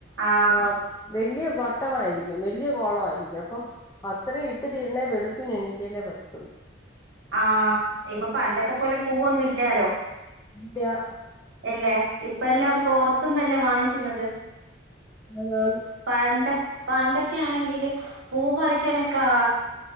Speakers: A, on the right; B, on the left.
A: ആഹ്
B: ആ വെല്ല്യ വട്ടമായിരിക്കും വെല്ല്യ ഗോളമായിരിക്കും അപ്പം അത്രയും ഇട്ട് തീര്ണേ വെളുപ്പിന് എണീറ്റാലേ പറ്റത്തുള്ളൂ.
A: ആഹ് ഇപ്പൊ പണ്ടത്തെ പോലെ പൂവൊന്നും ഇല്ലാലോ..
B: ട്ട്യാ
A: എല്ലേ ഇപ്പ എല്ലാം പൊറ്ത്തുന്നല്ലേ വാങ്ങിക്ക്ന്നത്.
B: <inaudible>
A: പണ്ട് പണ്ടൊക്കെ ആണെങ്കില് പൂ പറിക്കാനൊക്കെ ആ